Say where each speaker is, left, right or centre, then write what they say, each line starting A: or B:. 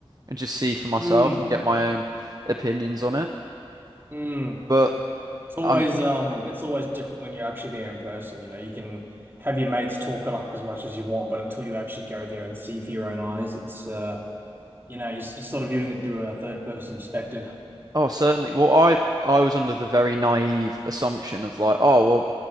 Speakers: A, on the right; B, on the right.
A: and just see for myself
B: Mm.
A: and get my own opinions on it.
B: Mm.
A: But
B: always
A: I mean,
B: um it's always different when you're actually there in person. You know, you can have your mates talk it up as much as you want, but until you actually go there and see for your own eyes, it's uh you know, you're, you're sort of viewing it through a third person perspective.
A: oh, certainly. Well, I I was under the very naive assumption of like, oh, well,